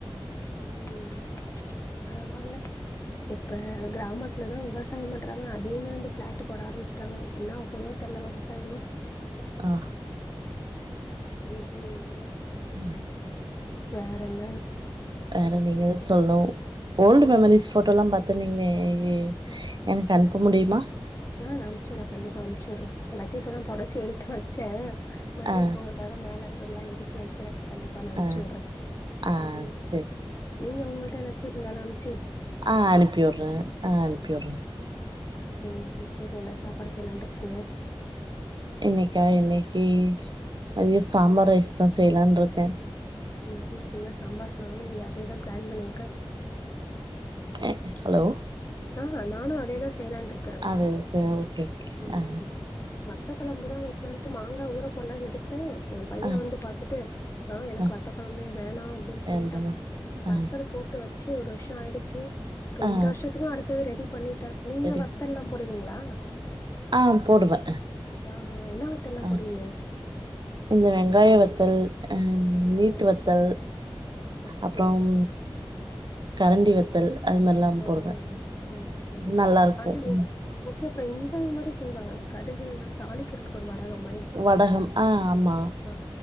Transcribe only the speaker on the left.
உ உ உ பரவாயில்ல இப்ப கிராமத் துலதா விவசாயம் பண்றாங்க அ அதே மாரி வந்து பிளாட் போட ஆரம்பச்சிட்டாங்க என்ன ஆவ போவுதோ தெரில <unintelligible> சை <unintelligible>
ம் ம்
வேற என்ன
ம்.
ஆ நா அனுச்சுடுறே கண்டிப்பா அனுச்சுடறே எல்லாத்தையு இப்பதா தொடச்சி எடுத்து வைச் ச்ச மாரி
இப்ப உங்களுக்காக மேல இருக் அதெல்லா எடுத்து வைக்கிறே கண்டிப்பா நா அமுச்சுடுறே
ம்
நீங்க உங்கள்ட்ட ஏதாச்சு இருந்தாலு அனுப்
சேரிடா சேரி என்ன சாப்பாடு செய்யலான்டு இருங்கிங்க
ம் ம் என்ன சம்பார் நானு இங்க அதேதா பிளான் பண்ணியிருக்கே
அ ஆ நானு அதேதா செய்லான் இருக்கே
ம்
வத்த கொழம்பு தா வச் <unintelligible> மாங்கா ஊற போடலா எடுத்தே என் பைய
வந்து பாத்துட்டு மா எனக்கு
வத்த குழம்பே வேணா அப்படின்னு
சொல்லிட்டா
வத்தல் போட்டு வச்சு ஒரு வருஷ ஆயிடுச்சு இப்ப
இந்த வருஷத் <unintelligible> ரெடி பண்ணிட் ட நீங்க
வத்தல் எல்லா போடுவீங்களா
ஆஹா என்ன வத்தல்லா
போடுவீங்க
ஆஹா
ஓகே
ஓ
ஒகே ஒகே ஒகே
அது
ஓ கே அப்புறம் இந்த இது மாரி செய்வாங்க அந்த கடுகு தாளிக்கிறதுக்கு ஒரு வடகம் மாரி
ஆ